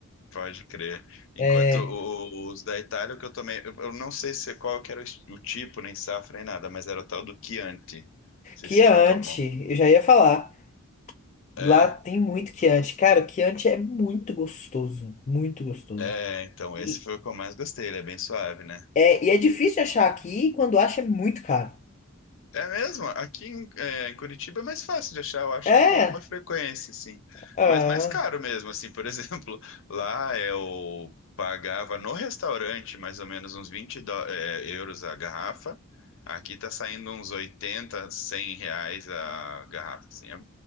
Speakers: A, on the left; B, on the left.
A: Pode crer. Enquanto
B: É,
A: o- os da Itália, o que eu tomei, eu eu não sei se qual que era o es- o tipo, nem safra, nem nada, mas era o tal do Chianti. Não sei
B: Chianti,
A: se você já tomou.
B: eu já ia falar. Lá
A: É,
B: tem muito quiante. Cara, o quiante é muito gostoso. Muito gostoso.
A: é, então
B: E
A: esse foi o que eu mais gostei, ele é bem suave, né?
B: é, e é difícil de achar aqui, e quando acha é muito caro.
A: É mesmo? Aqui em, é, em Curitiba é mais fácil de achar, eu achei
B: É?
A: com alguma frequência, assim.
B: Ah,
A: Mas mais caro mesmo, assim. Por <laughs> exemplo, lá eu pagava no restaurante mais ou menos uns 20 dó- é, euros a garrafa. Aqui tá saindo uns 80, 100 reais a garrafa, assim. É